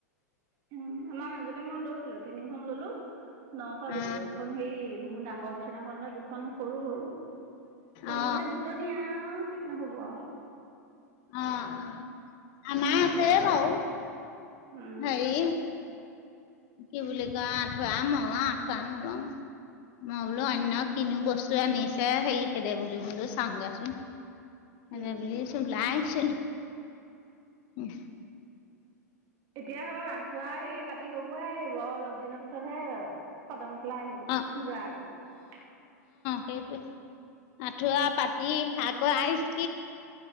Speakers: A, on the right; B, on the left.
A: উম আমাৰ মাজতে মই লৈছিলো। তিনিখন ললো। নশ
B: অ
A: দিলো, এখন হেৰি মোৰ ডাঙৰ বিচনাখন লৈ দুখন সৰু সৰু।
B: অ
A: মানে দুজনীয়া আৰু তিনি হ'ব আৰু।
B: অ' আমাৰ আছে
A: ন
B: বাও।
A: উম
B: হেৰি কি বুলি কয় আঠুৱা ম আঁঠুৱা নলওঁ, মই বোলো অন্য কিনো বস্তু আনিছে হেৰি হেদে বুলি বোলো চাওঁগেচোন। হেদে
A: উম
B: বুলি ওলাই আহিছো। উম
A: এতিয়া হয় আঠুৱা হেৰি পাতি হবোয়ে আহিব, আৰু অলপ দিনৰ পিছতহে চাদমেখে খলাই আহিব,
B: অ
A: পূজা আগত।
B: সেইটো, আঁঠুৱা, পাতি আকৌ আইচ